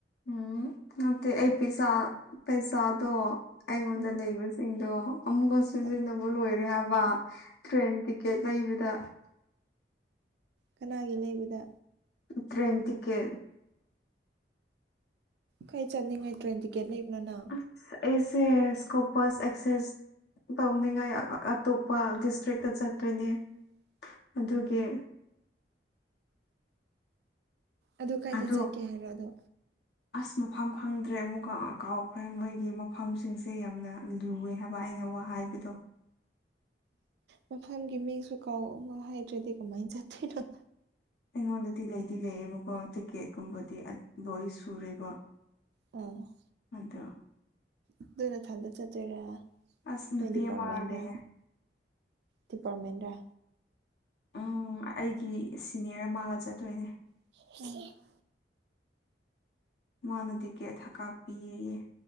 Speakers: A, on the left (about 65°); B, on the right (about 65°).
A: ꯎꯝ ꯅꯠꯇꯦ ꯑꯩ ꯄꯥ ꯄꯩꯁꯥꯗꯣ ꯑꯩꯉꯣꯟꯗ
B: ꯎꯝ
A: ꯂꯩꯕꯁꯤꯡꯗꯣ ꯑꯃꯨꯛꯀ ꯁꯤꯖꯤꯟꯅꯕ
B: ꯑꯣ
A: ꯂꯣꯏꯔꯦ ꯍꯥꯏꯕ ꯇ꯭ꯔꯦꯟ ꯇꯤꯛꯀꯦꯠ ꯂꯩꯕꯗ
B: ꯀꯅꯥꯒꯤ ꯂꯩꯕꯗ
A: ꯇ꯭ꯔꯦꯟꯦꯟꯇꯤꯀꯦ
B: ꯀꯩ ꯆꯠꯅꯤꯡꯉꯥꯏ ꯇ꯭ꯔꯦꯟ ꯇꯤꯛꯀꯦꯠ ꯂꯩꯕꯅꯣꯅ
A: ꯑꯁ ꯑꯩꯁꯦ ꯁ꯭ꯀꯣꯄꯁ ꯑꯦꯛꯁꯦꯁ ꯇꯧꯅꯤꯡꯉꯥꯏ ꯑꯇꯣꯞꯄ ꯗꯤꯁꯇ꯭ꯔꯤꯛꯇ ꯆꯠꯇꯣꯏꯅꯦ
B: ꯎ
A: ꯑꯗꯨꯒꯤ
B: ꯑꯗꯨ ꯀꯥꯏꯗ
A: ꯑꯗꯣ
B: ꯆꯠꯀꯦ ꯍꯥꯏꯔꯣ ꯑꯗꯣ
A: ꯑꯁ ꯃꯐꯝ ꯈꯪꯗ꯭ꯔꯦ ꯑꯃꯨꯛ ꯀꯥꯎꯈ꯭ꯔꯦ ꯃꯣꯏꯒꯤ ꯃꯝꯁꯤꯡꯁꯦ ꯌꯥꯝꯅ ꯂꯨꯑꯦ ꯍꯥꯏꯕ ꯑꯩꯅ ꯋꯥ ꯍꯥꯏꯕꯗꯣ
B: ꯃꯐꯝꯒꯤ ꯃꯤꯁꯨ ꯀꯥꯎꯕ ꯍꯥꯏꯗ꯭ꯔꯗꯤ ꯀꯃꯥꯏꯅ ꯆꯠꯇꯣꯏꯅꯣꯣ
A: ꯑꯩꯉꯣꯟꯗꯗꯤ ꯂꯩꯗꯤ ꯂꯩꯌꯦꯕꯀꯣ ꯇꯤꯛꯀꯦꯠꯀꯨꯝꯕꯗꯤ ꯂꯣꯏ ꯁꯨꯔꯦꯕ
B: ꯑꯣ
A: ꯑꯗꯣ
B: ꯑꯗꯨꯅ ꯅꯊꯟꯗ ꯆꯠꯇꯣꯏꯔꯥ
A: ꯑꯁ
B: ꯅꯣꯏ
A: ꯅꯨꯄꯤ
B: ꯗꯤꯄꯥꯔꯠꯃꯦꯟꯔ
A: ꯑꯃ ꯂꯩꯌꯦ
B: ꯗꯤꯄꯥꯔꯠꯃꯦꯟ ꯔ
A: ꯎꯝ ꯑꯩꯒꯤ ꯁꯤꯅꯤꯌꯔ ꯑꯃꯒ ꯆꯠꯇꯣꯏꯅꯦ
B: <unintelligible>
A: ꯃꯥꯅ ꯇꯤꯛꯀꯦꯠ ꯀꯥꯞꯄꯤꯌꯦ